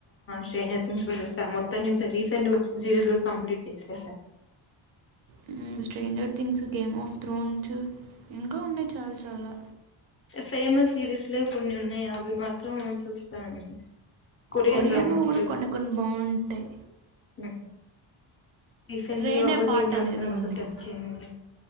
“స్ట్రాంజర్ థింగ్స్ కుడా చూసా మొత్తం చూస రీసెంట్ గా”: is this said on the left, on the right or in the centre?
Left